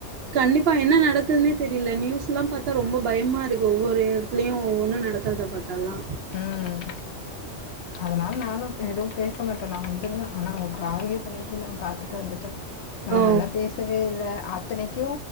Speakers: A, on the right; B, on the left.
A: கண்டிப்பா என்ன நடக்குதுனே தெரில நியூஸ்லா பாத்தா ரொம்ப பயமாருக்கு ஒவ்வொரு எடத்லயு ஒவ்வொன்னு நடக்குறத பாத்தால்லா
B: ம் அதனால நானு பே எதுவு பேச மாட்ட நா வந்துருவ ஆனா அவகு ஆர்கியு பண்ணிட்ருந்தாங் பாத்துட்டு வந்துட்ட நம்மல்லா
A: ஓ
B: பேசவே இல்ல அத்தனைக் க்யூ